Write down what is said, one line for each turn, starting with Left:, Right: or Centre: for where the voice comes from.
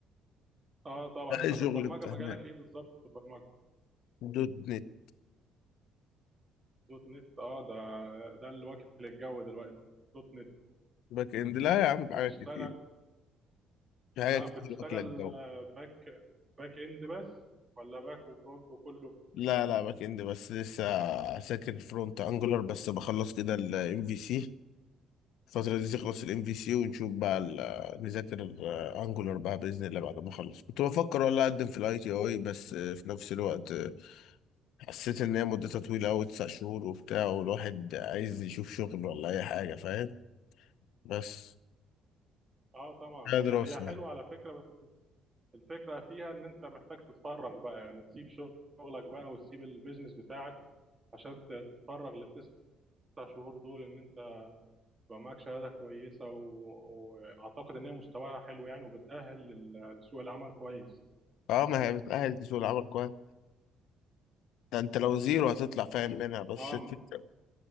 Right: اه طبعا
Left: ده
Right: انت
Left: أي شغل
Right: في البرمجه
Left: بتاع
Right: مجالك
Left: هناك
Right: ايه بالظبط في البرمجه
Left: دوت نت
Right: دوت نت اه ده ده اللي واكل الجو دلوقتي دوت نت
Left: باك اند لا يا عم في
Right: بتشتغل
Left: حاجات كتير في حاجات
Right: اه بتشتغل
Left: كتير واكلة الجو
Right: آه، باك باك اند بس ولا باك وفرونت وكله
Left: لا لا باك اند بس لسه ساكن فرونت انجولار بس بخلص كده الام في سي الفترة دي تخلص الام في سي ونشوف بقى ال- نذاكر انجولار بقى باذن الله بعد ما اخلص كنت بفكر والله اقدم في الاي تي اي بس آه، في نفس الوقت آه، حسيت ان هي مدتها طويلة قوي تسع شهور وبتاع والواحد عايز يشوف شغل ولا اي حاجة فاهم بس
Right: اه طبعا
Left: هي دراسة
Right: هي هي حلوه
Left: يعني
Right: على فكره بس الفكره فيها ان انت محتاج تتفرغ بقى يعني تسيب شغلك بقى وتسيب البيزنس بتاعك عشان تتفرغ للتسع شهور دول ان انت يبقى معاك شهاده كويسه و... واعتقد ان هي مستواها حلو يعني وبتاهل لل- لسوق العمل كويس
Left: اه ما هي بتأهل لسوق العمل كويس ده انت لو زيرو هتطلع فاهم منها بس
Right: اه
Left: الفكرة